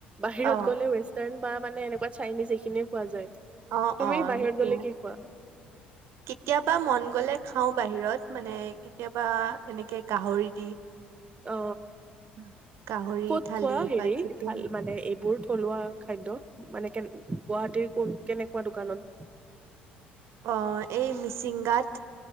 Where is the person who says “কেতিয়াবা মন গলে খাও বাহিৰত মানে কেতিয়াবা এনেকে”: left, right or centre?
Right